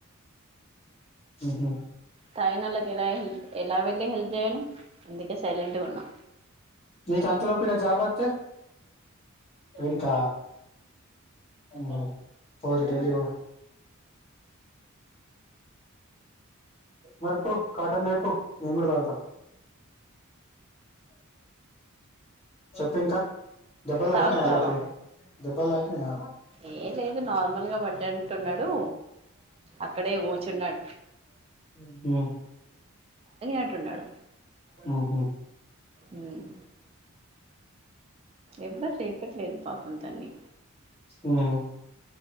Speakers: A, on the left; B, on the right.
A: హు
B: తాగిన వాళ్ళకి ఎలా హెల్ప్ ఎలా వెళ్ళి హెల్ప్ చేయను అందుకే సైలెంట్గా ఉన్నాం
A: నీకి అంతలో ఈడ జాబ్ వస్తే వెనిక ఉమ్ హు పోరీ ఢిల్లీ పో మరిపో కాటన్ తెపో నేను కూడా కడ్ పోత చోపు ఇంకా దెబ్బలు తాకినాయ
B: తాగుతావా
A: వాళ్లకి దెబ్బలు తాకినాయ
B: ఏ లేదు నార్మల్గా పడ్డట్టున్నాడు అక్కడే కూర్చున్నాడు
A: ఉమ్ ఉమ్
B: అంటున్నాడు
A: ఉమ్ హు
B: ఉమ్ ఎవ్వరు లేపట్లేదు పాపం తన్ని
A: ఉమ్